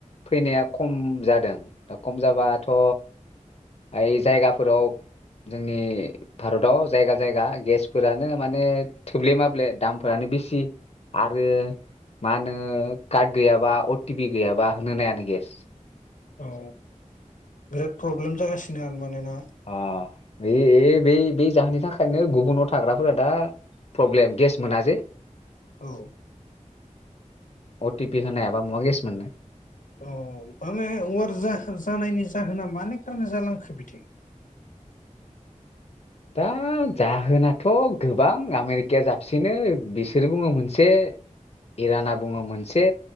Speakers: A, on the left (about 50°); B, on the left (about 80°).
A: फैनाया खम जादों दा खम जाबाथ' आइ जायगाफोराव जोंनि भारताव जायगा जायगा गेसफोरानो माने थोब्ले माब्ले दामफोरानो बिसि आरो मानो कार्ड गैयाबा अ टि पि गैयाबा होनो नायानो गेस
B: औ बिराद प्रब्लेम जागासिनो आरो मानेना
A: आ बे ए बे बे जाहोननि थाखायनो गुबुनाव थाग्राफोरा दा प्रब्लेम गेस मोन जे
B: औ
A: अ टि पि होनायाबा महा गेश मोननो
B: औ माने अर जाखो जानायनि जाहोना माने खारना जालांखो बिदि
A: दा जाहोनाथ' गोबां आमेरिकाया साबसिनो बिसोर बुङो मोनसे इराना बुङो मोनसे